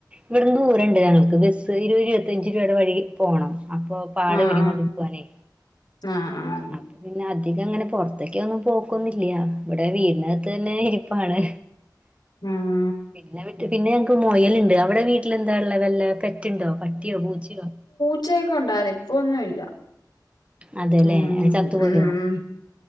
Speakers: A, on the right; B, on the left.
A: ഇവട്ന്ന് ദൂരണ്ട് ഞങ്ങൾക്ക് ബസ്സ് ഇരുപ ഇരുപത്തഞ്ച് രൂപയുടെ വഴി പോണം. അപ്പൊ പാട്
B: ആഹ്
A: വിരി കൊണ്ട് പോവാനേ
B: ആഹ്
A: <unintelligible>
B: ആഹ്
A: അപ്പ്. പിന്നെ അധികം അങ്ങനെ പൊർത്തേക്ക ഒന്നും പോക്കൊന്നില്ല ഇവടെ വീടിനകത്ത് തന്നെ ഇരിപ്പാണ്.
B: ന്ന
A: പിന്നെ വിട്ട് പിന്നെ ഞങ്ങക്ക് മൊയൽണ്ട്. അവടെ വീട്ടിൽ ന്താ ള്ളെ വല്ല പെറ്റ്ണ്ടോ പട്ടിയോ പൂച്ചയോ?
B: ച്ചയക്കെ ഉണ്ടായിന്ന് ഇപ്പൊന്നുല്ല
A: അതെല്ലേ
B: ഉം
A: ചത്തുപോയോ
B: ഉം